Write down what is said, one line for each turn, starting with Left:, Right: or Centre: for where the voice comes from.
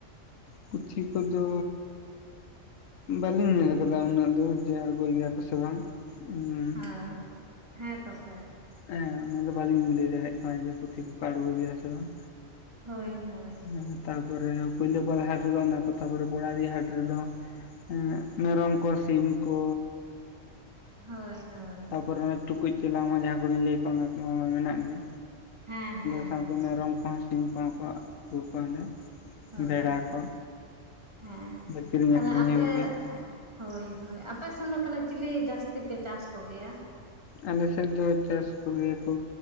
Left: ᱯᱩᱪᱷᱤ ᱠᱚᱫᱚᱼᱼ ᱵᱟᱹᱞᱤᱧ ᱧᱮᱞ ᱠᱟᱫᱟ ᱩᱱᱟᱹᱜ ᱫᱚ ᱡᱮ ᱟᱬᱜᱩᱭ ᱜᱮᱭᱟ ᱠᱚ ᱥᱮ ᱵᱟᱝ। ᱮᱸᱻ
Right: ᱦᱮᱸ ᱦᱮᱸ ᱛᱚ ᱥᱮ
Left: ᱦᱮᱸ ᱚᱱᱟᱫᱚ ᱵᱟᱹᱞᱤᱧ ᱞᱟᱹᱭ ᱫᱟᱲᱮᱭᱟᱜ ᱠᱟᱱᱟ ᱡᱮ ᱯᱩᱛᱷᱤ ᱠᱚᱠᱚ ᱟᱬᱜᱚᱭ ᱜᱮᱭᱟ ᱥᱮ ᱵᱟᱝ।
Right: ᱦᱳᱭ ᱦᱳᱭ
Left: ᱦᱮᱸ ᱛᱟᱨᱯᱚᱨᱮ ᱯᱩᱭᱞᱟᱹ ᱯᱟᱲᱟ ᱦᱟᱴ ᱨᱮᱫᱚ ᱚᱱᱟ ᱠᱚ ᱛᱟᱯᱚᱨᱮ ᱯᱚᱲᱟᱵᱤ ᱦᱟᱴ ᱨᱮᱫᱚᱼᱼ ᱮᱸᱜ ᱢᱮᱨᱚᱢ ᱠᱚ ᱥᱤᱢ ᱠᱚ᱾
Right: ᱦᱚᱭ ᱦᱚᱭ᱾
Left: ᱯᱚᱨᱮ ᱴᱩᱠᱩᱡ ᱪᱮᱞᱟᱝ ᱢᱟ ᱡᱟᱦᱟᱸ ᱠᱩᱞᱤᱧ ᱞᱟᱹᱭ ᱟᱠᱟᱜ ᱚᱱᱟ ᱠᱚ ᱢᱮᱱᱟᱜ ᱜᱮ᱾
Right: ᱦᱮᱸ ᱦᱮᱸ
Left: ᱛᱟᱨ ᱩᱱᱠᱩ
Right: ᱦᱮᱸ
Left: ᱢᱮᱨᱚᱢ ᱠᱚᱦᱚᱸ ᱥᱤᱢ ᱠᱚᱦᱚᱸ ᱠᱚ ᱟᱹᱜᱩ ᱠᱚᱣᱟ ᱚᱸᱰᱮ
Right: ᱦᱳᱭ
Left: ᱵᱷᱮᱲᱟ ᱠᱚ᱾
Right: ᱦᱮᱸ
Left: ᱠᱤᱨᱤᱧ
Right: ᱛᱟᱦᱚᱞᱮ
Left: ᱟᱹᱠᱷᱨᱤᱧ
Right: ᱟᱯᱮᱼᱼ
Left: ᱦᱩᱭᱩᱜ ᱜᱮᱭᱟ
Right: ᱦᱳᱭ ᱦᱳᱭ ᱟᱯᱮ ᱥᱮᱱ ᱫᱚ ᱛᱟᱦᱚᱞᱮ ᱪᱤᱞᱤ ᱡᱟᱥᱛᱤ ᱯᱮ ᱪᱟᱥ ᱠᱚ ᱜᱮᱭᱟ?
Left: ᱟᱞᱮ ᱥᱮᱫ ᱫᱚ ᱪᱟᱥᱼᱼ ᱠᱚᱜᱮ ᱠᱚ